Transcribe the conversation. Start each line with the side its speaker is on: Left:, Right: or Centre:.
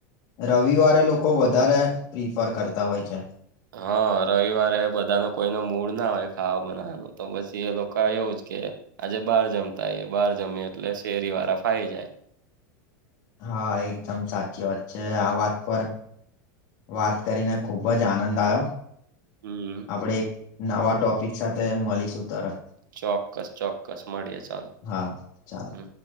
Left: રવિવારે લોકો વધારે પ્રિફર કરતા હોય છે.
Right: હા રવિવારે એ બધાનો કોઈ ન મૂડ ના હોય તો ખાવા બનાવવાનો. તો પછી એ લોકો એવું જ કે. આજે બહાર જમતા આવી એ બહાર જમ્યુ એટલે શેરી વાળા ફાવી જાય.
Left: હા એકદમ સાચી વાત છે, આ વાત પર. વાત કરીને ખુબ જ આનંદ આવ્યો.
Right: હમ.
Left: આપણે એક નવા ટોપિક સાથે મળીશું તરત.
Right: ચોક્કસ ચોક્કસ મળીએ ચાલો.
Left: હા ચાલો.
Right: હમ